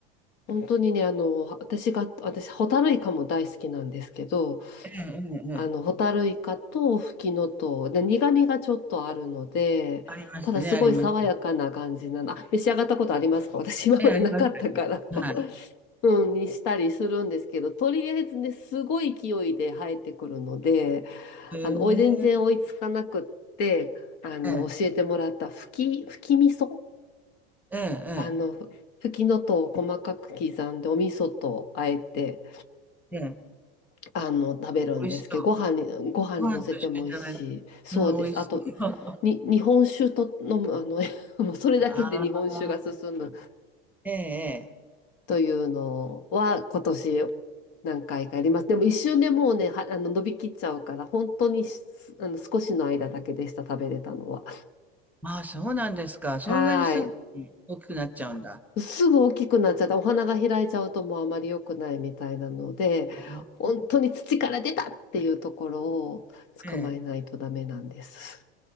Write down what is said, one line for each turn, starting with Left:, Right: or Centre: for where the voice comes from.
Left: 本当にね、あの、私が、私、ホタルイカも大好きなんですけど、
Centre: ええ、ええ、ええ。
Left: あの、ホタルイカとフキノトウで、苦味がちょっとあるので、
Centre: ありますね、
Left: ただすごい爽やかな感じなの。
Centre: あります。
Left: あ、召し上がったことありますか私今までなかったから。
Centre: ええ、あります。
Left: <laughs>
Centre: は
Left: うん、にしたりするんですけど、とりあえずね、すごい勢いで生えてくるので、
Centre: い。へえ。
Left: あの、おい全然追いつかなくって、あの、
Centre: ええ。
Left: 教えてもらった吹き、吹き味噌。
Centre: ええ
Left: あの、吹きのとを細かく刻んで、お味噌とあえて、
Centre: ええ。ええ。
Left: あの、食べるんですけど、
Centre: 美味しそう。
Left: ご飯に、ご飯に乗せても美味しい。
Centre: ご飯と一緒に食べる。
Left: そうです。
Centre: うん、美味しそう。
Left: あと、に、日本酒と飲む、あの、<laughs> もうそれだけで日本酒が進む
Centre: <laughs> ああ、ええええ。
Left: というのは、今年何回かやります。でも一瞬でもうね、は、あの、伸びきっちゃうから、本当にしあの、少しの間だけでした、食べれたのは。
Centre: まあ、そうなんですか。そんなにすぐに大きくなっちゃうんだ。
Left: はーい。すぐ大きくなっちゃって、お花が開いちゃうともうあまり良くないみたいなので、
Centre: ああ、
Left: 本当に土から出たっていうところを捕まえないとダメなんです。
Centre: ええ。